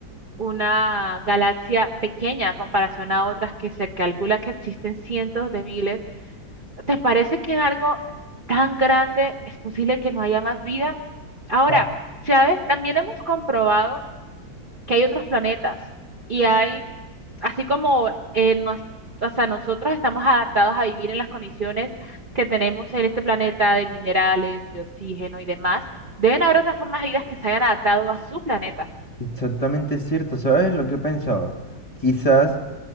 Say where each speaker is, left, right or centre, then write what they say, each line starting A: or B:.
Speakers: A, on the right (about 35°); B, on the left (about 20°).
A: una galaxia pequeña a comparación a otras que se calcula que existen cientos de miles. ¿Te parece que en algo tan grande es posible que no haya más vida? Ahora,
B: Ah,
A: ¿sabes? También hemos comprobado que hay otros planetas y hay, así como eh, nos- o sea, nosotros estamos adaptados a vivir en las condiciones que tenemos en este planeta de minerales, de oxígeno y demás, deben haber otras formas de vida que se hayan adaptado a su planeta.
B: Exactamente cierto, ¿sabes lo que he pensado? Quizás